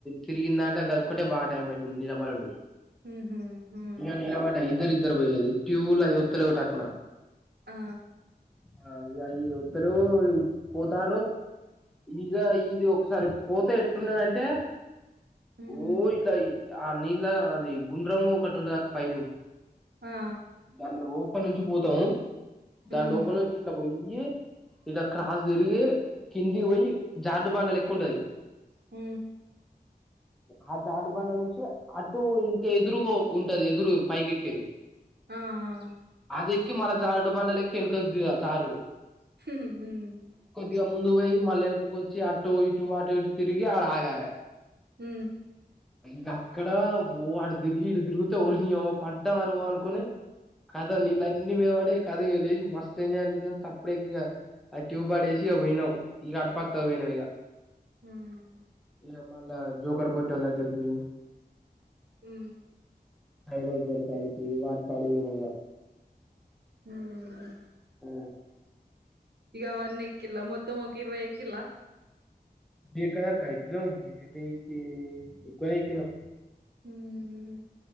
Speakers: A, in the centre; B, on the right.
A: తిరిగింద అంటే కొంటే బాగా టైం పట్టింది నీలబడుడు
B: ఉహు ఉమ్
A: ఇగ నలబడ్డ ఇద్దరు ఇద్దరు పోయ్యేది క్యూ ల అయ్యి ఒత్త్ లెవ్ టక్కున
B: ఆ
A: ఆ ఇగ అయ్యి ఒత్తలెవ్ ఈ పోతర్రు ఈ ఇగ ఇది ఒకసారి పోతే ఎట్టున్నదంటే
B: ఉమ్
A: ఓ ఇగ ఈ ఆ నీళ్ళ అది గుండ్రంగ ఒకటి ఉంటది అక్క పైపు
B: ఆ
A: దాని లోప నుంచి పోతాము దాని
B: ఉమ్
A: లోపల నుంచి ఇట్లా పోయి య్యి క్రాస్ తిరిగి కింది పోయి జార్డు బండ లెక్క ఉంటది
B: మ్
A: ఆ జరుడుబండ నుంచి అటు ఇంకా ఎదురు ఓ ఉంటది ఎదురు పైకెక్కేది
B: ఆ ఆ
A: అది ఎక్కి మళ్ళ జరుడు బండలేక్కి వెనకకి జరుడు
B: మ్
A: ఇగా ముందుకు పోయి మళ్ళ వెనకకోచ్చి అటు ఇటు అటు ఇటు తిరిగి ఆడ ఆగాలే
B: మ్
A: ఇగ అక్కడ ఓ అటు తిరిగి ఇటు తిరిగితే ఓరినియవ్వ పడ్డామరో అనుకోని కతం నీళ్లన్నీ మీద పడ్డాయ్ కతం ఇగ మస్తు ఎంజాయ్ అనిపించ్ సప్పుడేక ఇగ ఆ ట్యూబ్ పడేసి ఇగ పోయినం ఇగ పక్కకు పోయినం ఇగ
B: మ్
A: ఇగ మళ్ళా జోకర్ పోట్టోల్ దగ్గరికి
B: మ్
A: కైలెషేర్ కడికి అట్ కాడికి పోయినం ఇగ
B: ఉమ్
A: ఆ
B: ఇగ అవన్నీ ఎక్కిళ్ల మొత్తము ఒక ఇవై ఎక్కిళ్ళ
A: ఎక్కడ అక్క ఎక్కినం ఇరవైకి ఎక్కువనే ఎక్కినం
B: మ్